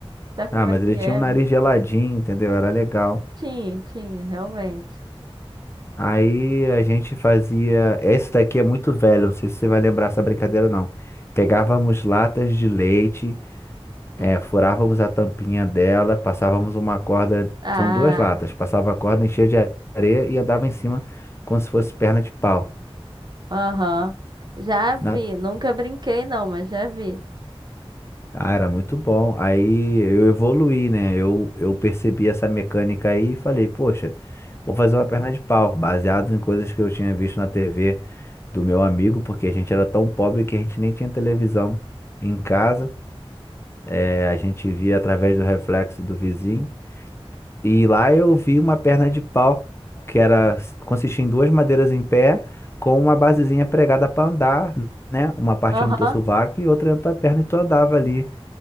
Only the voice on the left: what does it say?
Ah,
mas
ele
tinha um nariz
geladinho, entendeu? Era legal.
Aí a gente fazia. Esse daqui é muito velho, não sei se você vai lembrar essa brincadeira, não. Pegávamos latas de leite É,
furávamos a tampinha dela, passávamos uma corda,
são duas latas, passava a corda, enchia de areia e andava em cima como se fosse perna de pau.
Na-
Ah, era muito bom. Aí eu evoluí, né? Eu, eu percebi essa mecânica aí e falei, poxa, vou fazer uma perna de pau, baseado em coisas que eu tinha visto na TV do meu amigo, porque a gente era tão pobre que a gente nem tinha televisão em casa. É, a gente via através do reflexo do vizinho. E lá eu vi uma perna de pau que era consistia em duas madeiras em pé com uma basezinha pregada para andar, né? Uma parte
no teu sovaco e outra na tua perna e tu andava ali